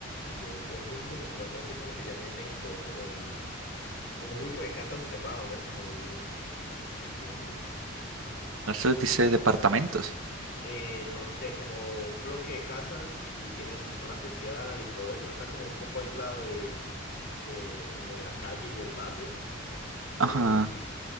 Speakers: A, on the left (about 65°); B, on the right (about 85°).
A: como un conjunto, no, no, no sé cómo se llama en México, es como un, como un grupo de casas cerrado, ¿no? Como un, no sé cómo se dice,
B: No se les dice departamentos.
A: eh, no sé, como un bloque de casas y, y tiene su zona social y todo eso, está como un poco aislado de, de, como de la calle y del barrio, pero...
B: Ajá,